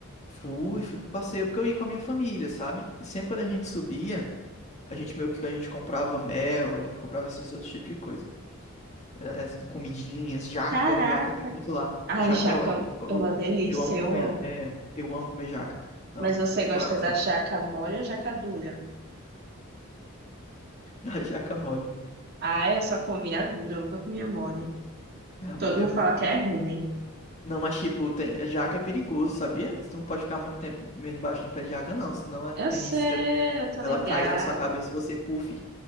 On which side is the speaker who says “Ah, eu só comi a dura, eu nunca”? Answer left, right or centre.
Right